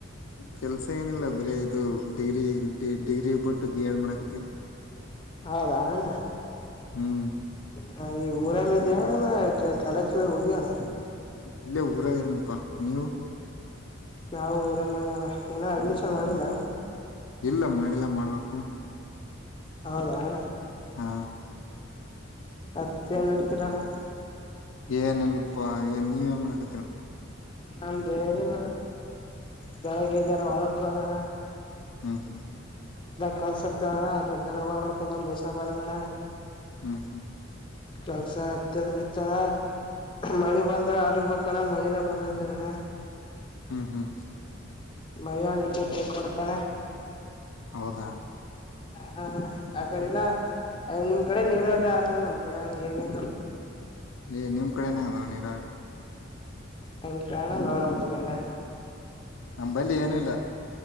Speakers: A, on the left (about 85°); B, on the left (about 25°).
A: ಕೆಲ್ಸ ಏನಿಲ್ಲ ಬರೀ ಇದು ಡಿಗ್ರಿಡಿ ಡಿಗ್ರಿ ಬಿಟ್ಟು ಬಿ ಎಡ್ ಮಾಡಕತಿ. ಹ್ಮ್ಮ. <unintelligible>
B: ಹೌದಾ ಅಣ್ಣ
A: ಹ್ಮ.
B: ಹ ಈ ಊರಲ್ಲಿ ಇದ ಅಣಲ್ಲ ಕಾಲೇಶ್ವರ ಹೋಗ್ಯಣ್ಣ.
A: ಇಲ್ಲೇ ಊರಾಗ ಇದೇನಪ್ಪಾ ನೀವು.
B: ನಾವು ಊರಲ್ಲಲ್ಲ ಏನ ಅಡ್ಮಿಷನ್ ಮಾಡಿಲ್ಲ.
A: ಇಲ್ಲ ಮಾಡಿಲ್ಲಾ ಮಾಡ್ಬೇಕಕ್ು.
B: ಹೌದಾ ಅಣ್ಣ
A: ಹಾ.
B: ಮತ್ತೇನ್ ನಡ್ತೀರಣ್ಣ
A: ಏನಲ್ಪ್ಪಾ ಏನ್ ನೀವೇನ್ ಮಾಡಕತ್ತರ.
B: ನಮ್ದೇರೆಣ ಬೆೊಳಗೆ ಜನ ಒಳಕ್ಕ ಹದಣ.
A: ಹಾ ಹಾ.
B: ಕಲ್ಸಿರ್ತಣ್ಣ ಅದ್ರೆ ದನ ಹೊಡ್ಕೊಂತ ಮೈಸ ಬಾರದಣ್ಣ.
A: ಹ್ಮ್ ಹ್ಮ್.
B: ಕೆಲಸ ಅತ್ಯಧಮಿಚ್ಚಣ ಮಳಿ ಬಂದ್ರ ಆರ್ಗ್ ಬೇಕಣ್ಣ ಮಳಿನೇ ಬರದಏನ.
A: ಹ್ಮ ಹ್ಮ.
B: ಮರಿವ ನಿನ್ ಕೆಟ್ಟ ಕೊಡ್ತಳೆ.
A: ಹೌದಾ.
B: ಹಾ ಆ ಕಡೆಿನ. ನಿಮ್ ಕಡೆ ನೀರೋಗ ಆತಲ್ಲ ನಮ್ ಕಡೆ ಹಂಗ ಏನಿಲ್ಲ.
A: ಏ ನಿಮ್ ಕಡೆನೇ ಅದ ನೀರೆ.
B: ಅ ಪ್ರಾಣ ನೋಡಬಡಲ್ಲ.
A: ನಂಬಲ್ಲಿ ಏನೂಿಲ್ಲ